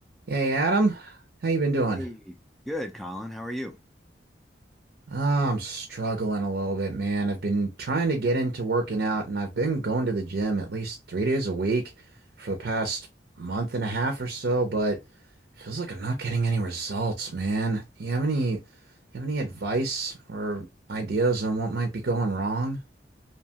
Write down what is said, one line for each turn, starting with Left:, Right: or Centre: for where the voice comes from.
Right: Hey Adam, how you been doing?
Centre: Hey, good, Colin. How are you?
Right: Ah, I'm struggling a little bit, man. I've been trying to get into working out and I've been going to the gym at least three days a week for the past month and a half or so, but feels like I'm not getting any results, man. Do you have any you have any advice or ideas on what might be going wrong?